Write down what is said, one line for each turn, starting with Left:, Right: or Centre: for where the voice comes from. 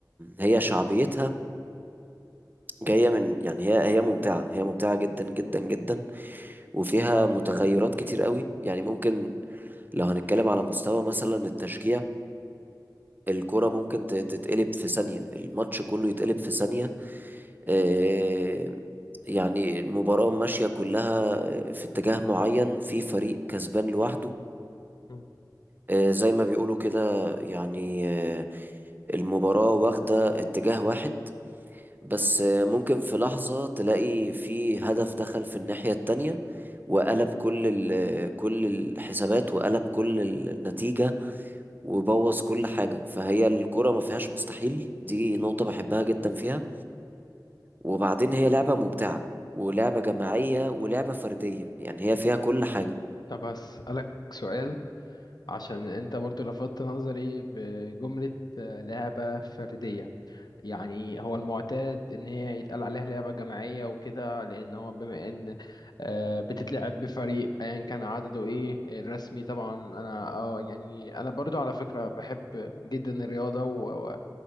Right: هي شعبيتها جاية من يعني هي هي ممتعة هي ممتعة جدا جدا جدا وفيها متغيرات كتير قوي يعني ممكن لو هنتكلم على مستوى مثلا التشجيع الكرة ممكن ت- تتقلب في ثانية الماتش كله يتقلب في ثانية آه، يعني المباراة ماشية كلها في اتجاه معين في فريق كسبان لوحده
Left: مم.
Right: آه، زي ما بيقولوا كده يعني آه، المباراة واخدة اتجاه واحد بس ممكن في لحظة تلاقي في هدف دخل في الناحية التانية وقلب كل ال كل الحسابات وقلب كل النتيجة وبوظ كل حاجة فهي الكرة ما فيهاش مستحيل دي نقطة بحبها جدا فيها وبعدين هي لعبة ممتعة ولعبة جماعية ولعبة فردية يعني هي فيها كل حاجة
Left: طب هسألك سؤال عشان انت برضو لفتت نظري بجملة آه، لعبة فردية يعني هو المعتاد ان هي يتقال عليها لعبة جماعية وكده لان هو بما ان آه، بتتلعب بفريق ايا كان عدده ايه الرسمي طبعا انا اه يعني انا برضو على فكرة بحب جدا الرياضة وب-